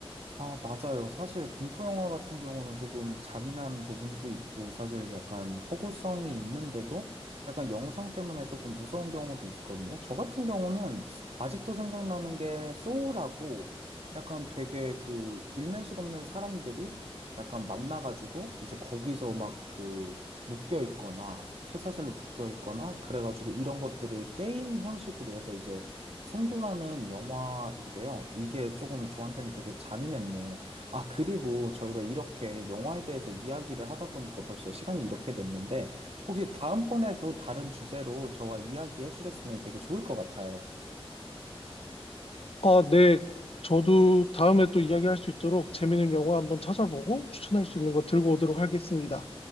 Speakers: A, on the right; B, on the left.
A: 아, 맞아요. 사실 공포 영화 같은 경우는 조금 잔인한 부분도 있고, 사실 약간 허구성이 있는데도 약간 영상 때문에 조금 무서운 경우도 있거든요. 저 같은 경우는 아직도 생각나는 게 소울하고 약간 되게 그 일면식 없는 사람들이 약간 만나가지고 이제 거기서 막 그 묶여 있거나 쇠사슬로 묶여 있거나 그래가지고 이런 것들을 게임 형식으로 해서 이제 생존하는 영화인데요. 이게 조금 저한테는 되게 잔인했네요. 아, 그리고 저희가 이렇게 영화에 대해서 이야기를 하다 보니까 벌써 시간이 이렇게 됐는데, 혹시 다음번에도 다른 주제로 저와 이야기해 주셨으면 되게 좋을 것 같아요.
B: 아, 네. 저도 다음에 또 이야기할 수 있도록 재밌는 영화 한번 찾아보고 추천할 수 있는 거 들고 오도록 하겠습니다.